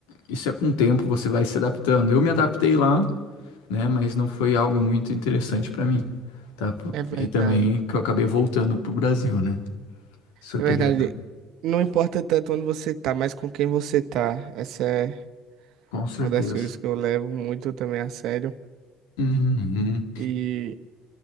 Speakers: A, on the left; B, on the right.
A: isso é com o tempo, você vai se adaptando. Eu me adaptei lá, né? Mas não foi algo muito interessante para mim, tá? P-
B: É verdade.
A: E também que eu acabei voltando pro Brasil, né? Se eu
B: É
A: pegar
B: verdade.
A: pra...
B: Não importa tanto onde você tá, mas com quem você tá. Essa é
A: Com certeza.
B: uma das coisas que eu levo muito também a sério.
A: Uhum.
B: E